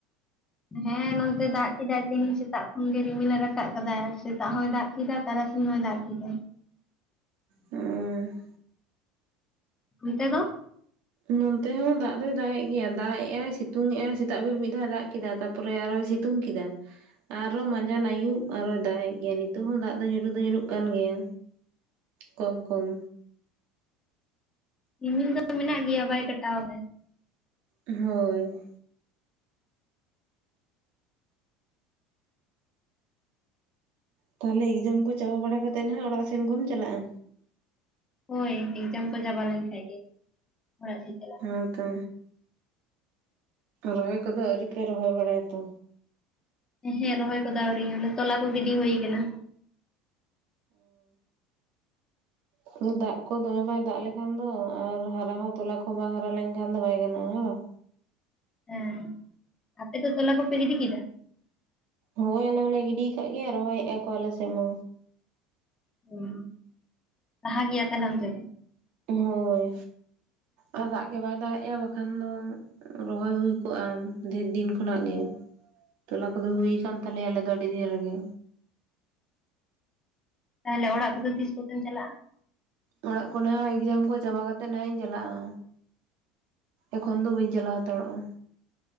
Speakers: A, on the left (about 20°); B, on the right (about 65°).
A: ᱦᱮᱻ ᱱᱚᱛᱮ ᱫᱟᱜ ᱠᱮᱫᱟᱭ ᱛᱮᱦᱤᱧ ᱥᱮᱛᱟᱜ ᱠᱷᱚᱱ ᱜᱮ ᱨᱤᱢᱤᱞᱮ ᱨᱟᱠᱟᱵ ᱠᱟᱫᱟ ᱥᱮᱛᱟᱜ ᱦᱚᱸᱭ ᱫᱟᱜ ᱠᱮᱫᱟ ᱛᱟᱨᱟ ᱛᱮᱦᱮᱣ ᱦᱚᱸ ᱫᱟᱜ ᱠᱮᱫᱟᱭ
B: ᱦᱮᱸ
A: ᱚᱱᱛᱮ ᱫᱚ
B: ᱱᱚᱱᱛᱮ ᱦᱚᱸ ᱫᱟᱜ ᱫᱚᱭ ᱫᱟᱜ ᱮᱜ ᱜᱮᱭᱟ ᱫᱟᱜ ᱮᱜᱟᱭ ᱥᱤᱛᱩᱝᱜ ᱟᱭ ᱥᱮᱛᱟᱜ ᱵᱮᱨ ᱢᱤᱫ ᱫᱷᱟᱣ ᱮ ᱫᱟᱜ ᱠᱮᱫᱟ ᱛᱟᱨᱯᱚᱨ ᱯᱚᱨᱮ ᱟᱨᱚᱭ ᱥᱤᱛᱩᱝ ᱠᱮᱫᱟ ᱟᱨᱚ ᱢᱟᱸᱡᱟᱱ ᱟᱹᱭᱩᱵ ᱟᱨᱚᱭᱭ ᱫᱟᱜ ᱮᱫ ᱜᱮᱭᱟ ᱱᱤᱛᱚᱜ ᱦᱚᱸ ᱫᱟᱜ ᱫᱚ ᱧᱩᱨ ᱫᱚ ᱧᱩᱨᱩᱜ ᱠᱟᱱ ᱜᱮᱭᱟ᱾ ᱠᱚᱢ ᱠᱚᱢ
A: ᱨᱤᱢᱤᱞ ᱫᱚ ᱢᱮᱱᱟᱜ ᱜᱮᱭᱟ ᱵᱟᱭ ᱠᱟᱴᱟᱣ ᱮᱫᱟᱭ
B: ᱦᱳᱭ ᱛᱟᱦᱚᱞᱮ ᱮᱠᱡᱟᱢ ᱠᱚ ᱪᱟᱵᱟ ᱵᱟᱲᱟ ᱠᱟᱛᱮᱫ ᱦᱟᱜ ᱚᱲᱟᱜ ᱥᱮᱱ ᱠᱚᱢ ᱪᱟᱞᱟᱜᱼᱟ
A: ᱦᱳᱭ ᱮᱠᱡᱟᱢ ᱠᱚ ᱪᱟᱵᱟ ᱞᱮᱱ ᱠᱷᱟᱱ ᱜᱮ <unintelligible>
B: ᱦᱮᱸᱛᱚ ᱨᱚᱦᱚᱭ ᱠᱚᱫᱚ ᱟᱹᱣᱨᱤᱯᱮ ᱨᱚᱦᱚᱭ ᱵᱟᱲᱟᱭᱟ ᱛᱚ
A: ᱦᱮᱸ ᱨᱚᱦᱚᱭ ᱠᱚᱫᱚ ᱟᱣᱨᱤᱧᱮ ᱛᱚᱞᱟ ᱠᱚ ᱜᱤᱰᱤ ᱦᱩᱭ ᱟᱠᱟᱱᱟ
B: ᱦᱮᱸ ᱫᱟᱜ ᱠᱚ ᱫᱚᱢᱮ ᱵᱟᱭ ᱫᱟᱜ ᱞᱮᱠᱷᱟᱱ ᱫᱚ ᱟᱨ ᱦᱟᱨᱟ ᱦᱚᱸ ᱛᱚᱞᱟ ᱠᱚᱦᱚᱸ ᱵᱟᱝ ᱦᱟᱨᱟ ᱞᱮᱱᱠᱷᱟᱱ ᱫᱚ ᱵᱟᱭ ᱜᱟᱱᱚᱜᱼᱟ ᱦᱮ ᱵᱟᱝ?
A: ᱦᱮᱸ ᱟᱯᱮ ᱛᱚ ᱛᱚᱞᱟ ᱠᱚᱯᱮ ᱜᱤᱫᱤ ᱠᱮᱫᱟ
B: ᱦᱳᱭ ᱟᱞᱮ ᱦᱚᱸᱞᱮ ᱜᱤᱰᱤ ᱟᱠᱟᱫ ᱜᱮ ᱨᱚᱦᱚᱭᱮᱫᱼᱟ ᱠᱚ ᱟᱞᱮ ᱥᱮᱫ ᱢᱟ
A: ᱦᱩᱸ ᱞᱟᱦᱟ ᱜᱮᱭᱟ ᱛᱟᱞᱦᱮ ᱚᱱᱛᱮ ᱫᱚ
B: ᱦᱳᱭ ᱟᱨ ᱫᱟᱜ ᱜᱮ ᱵᱟᱭ ᱫᱟᱜ ᱮᱼᱟ ᱵᱟᱠᱷᱟᱱ ᱫᱚ ᱨᱚᱦᱚᱭ ᱦᱩᱭ ᱠᱚᱜᱼᱟ ᱰᱷᱮᱨ ᱫᱤᱱ ᱠᱷᱚᱱᱟᱜ ᱜᱮ ᱛᱚᱞᱟ ᱠᱚᱫᱚ ᱦᱩᱭ ᱠᱟᱱᱟᱱ ᱛᱟᱞᱮᱭᱟ ᱟᱞᱮ ᱫᱚ ᱟᱹᱰᱤ ᱫᱤᱱ ᱨᱮᱜᱮ
A: ᱛᱟᱦᱚᱞᱮ ᱚᱲᱟᱜ ᱠᱚᱫᱚ ᱛᱤᱥ ᱠᱚᱛᱮᱢ ᱪᱟᱞᱟᱜᱼᱟ?
B: ᱚᱲᱟᱜ ᱠᱚ ᱱᱟᱟᱜ ᱮᱠᱡᱟᱢ ᱠᱚ ᱪᱟᱵᱟ ᱠᱟᱛᱮ ᱱᱟᱦᱟᱜ ᱤᱧ ᱪᱟᱞᱟᱜᱼᱟ ᱮᱠᱷᱚᱱ ᱫᱚ ᱵᱟᱹᱧ ᱪᱟᱞᱟᱣ ᱦᱟᱛᱟᱲᱚᱜᱼᱟ